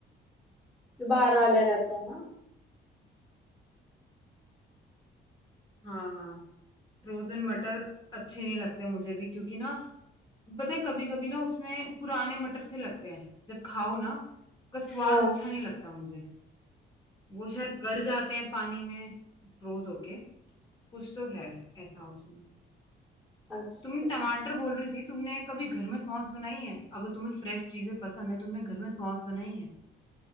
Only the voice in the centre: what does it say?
जो बाहर वाले रहते हैं ना
हाँ
अच्छा